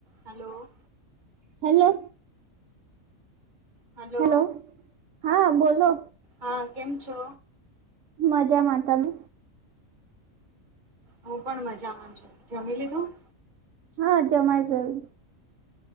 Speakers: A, on the right; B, on the right.
A: Hello.
B: Hello.
A: Hello
B: hello, હા બોલો.
A: હા, કેમ છો?
B: મજામા, તમે?
A: હું પણ મજા મા છુ, જમી લીધું?
B: હા જમાઈ ગયું.